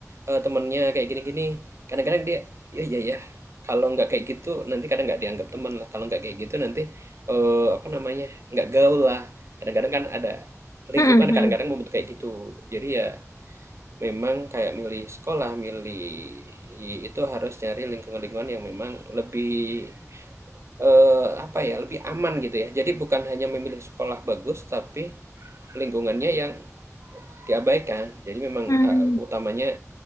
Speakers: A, on the right (about 55°); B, on the left (about 75°).
A: eh, temennya kayak gini-gini, kadang-kadang dia ya ya ya. Kalau nggak kayak gitu nanti kadang nggak dianggap teman lah. Kalau nggak kayak gitu nanti eh, apa namanya nggak gaul lah kadang-kadang kan ada lingkungan
B: Mhm. Mhm.
A: kadang-kadang membentuk kayak gitu. Jadi ya memang kayak milih sekolah, milih itu harus nyari lingkungan-lingkungan yang memang lebih eh, apa ya, lebih aman gitu ya. Jadi bukan hanya memilih sekolah bagus, tapi lingkungannya yang diabaikan. Jadi memang
B: Mhm.
A: eh, utamanya